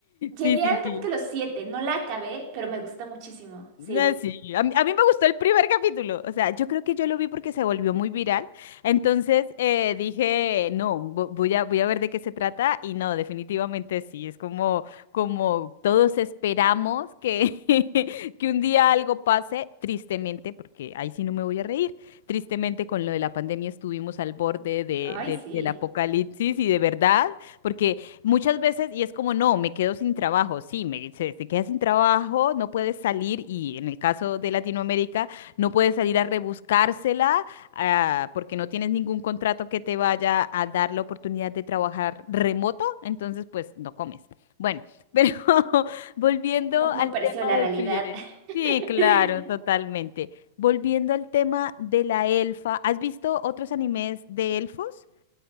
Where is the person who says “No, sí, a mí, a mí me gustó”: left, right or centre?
Left